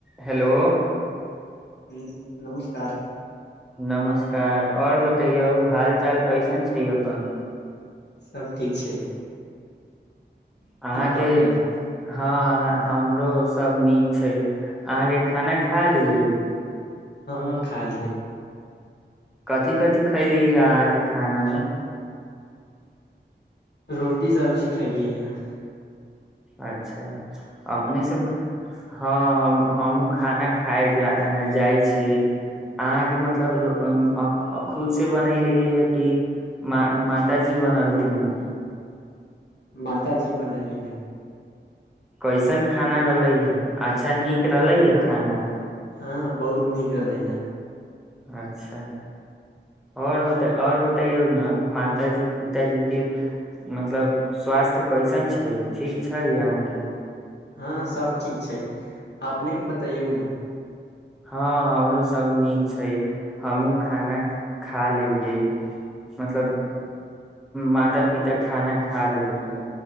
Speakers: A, in the centre; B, on the left.
A: Hello
B: ह नमस्कार
A: नमस्कार आओर बतैयौ हाल चाल कैसन छै अपन
B: सब ठीक छै
A: अहाँके
B: कहू ने
A: हँ हमरो सब नीक छै अहाँके खाना खा लियै
B: हँ खाली ह
A: कथी कथि खैली अहाँके खाना मे
B: रोटी सब्जी खईलिय हन
A: अच्छा अपनेसँ हँ हम हमूँ खाना खाय जा जाइ छियै अहाँके मतलब खुद से बनेलियै य कि म मातााजी बनलथिन हे
B: माताजी बनलीए हन
A: कैसन खाना रहलै हे अच्छा नीक रहलै हा खाना
B: हँ बहुत नीक रहलै हा
A: अच्छा आओर बताइयों न आओर बतैयौ ने मातााजी पिताजीके मतलब स्वास्थ तऽ कैइसन छै ठीक छै यहाँ के
B: हँ सभ ठीक छै अपनेके बतैयौ ने
A: हँ हमरो सब नीक छै हमहुूँ खाना खा लेलियए मतलब माता पिता खाना खा लेलखिन